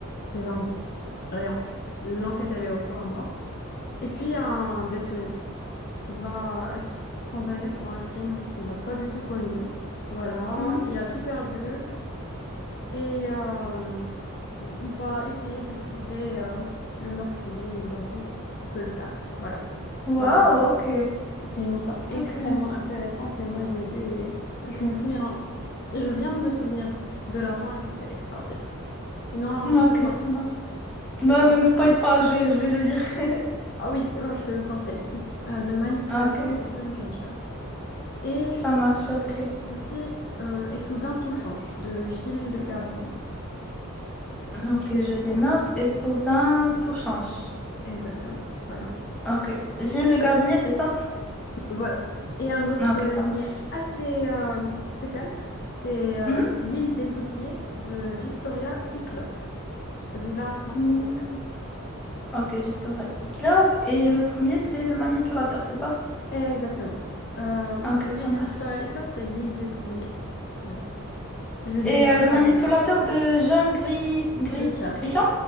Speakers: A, on the left (about 45°); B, in the centre.
A: des indices, rien. L'enquête, elle est au point mort. Et puis, il y a un détenu qui va être condamné pour un crime qu'il n'a pas du tout commis. Voilà,
B: mhm.
A: il a tout perdu et euh, il il va essayer de trouver euh, le meurtrier et il leur dit qu'il peut le faire. Voilà.
B: Wow,
A: Donc, euh,
B: ok.
A: c'est une histoire extrêmement
B: Ok.
A: intéressante et moi, je l'ai lue et je me souviens, je viens de me souvenir de la fin et c'était extraordinaire. Sinon,
B: Ok,
A: je te con-
B: ça marche.
A: je
B: Non,
A: te con-
B: ne me spoil pas, je vais, je vais le lire. <laughs>
A: ah oui, je te le conseille. Euh, Le manipulateur
B: Ok,
A: de John Grisham. Et je
B: ça
A: te
B: marche,
A: conseillerais
B: ok.
A: aussi euh, Et soudain tout change de Gilles Le Gardinier.
B: Ok, je les
A: Voilà,
B: note et soudain, tout change.
A: exactement. Voilà.
B: Ok. Gilles le gardinier, c'est ça?
A: Voilà. Et un autre
B: Ok,
A: euh,
B: ça marche.
A: qui est assez euh, spécial, c'est euh,
B: Mhm.
A: L'île des oubliés de Victoria Hislop Celui-là, je pense
B: Mhm.
A: qu'il te plaît.
B: Ok, Victor Islop. Et le premier, c'est le manipulateur, c'est ça?
A: Exactement. Euh,
B: Ok,
A: celui
B: ça
A: de
B: marche.
A: Victoria Hislop c'est L'île des oubliés. Voilà. Je le lisais
B: Et
A: à,
B: euh, le
A: à
B: manipulateur
A: la plage.
B: de jaune gris, gris,
A: Grisham.
B: grison?